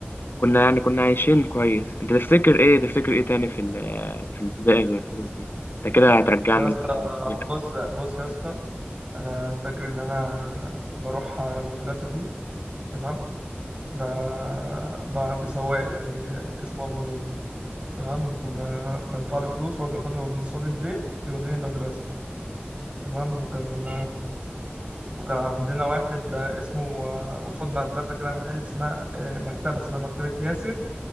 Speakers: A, on the left; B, on the right.
A: كنا يعني كنا عايشين كويس انت تفتكر ايه تفتكر ايه تاني في ال- في الابتدائي غير الفلوس دي انت كده هترجعنا
B: يا اسطى
A: لزمن الجميل.
B: بص بص يا اسطى انا فاكر ان انا كنت بروح المدرسه دي تمام ب... ب... بسواق يعني اسمه ابو نيل تمام كنا بدفع له فلوس وهو بياخدني من صاله البيت بيوديني المدرسه تمام وكان وكان عندنا واحد اسمه قصاد مدرسه كده محل اسمها آه، مكتبه اسمها مكتبه ياسر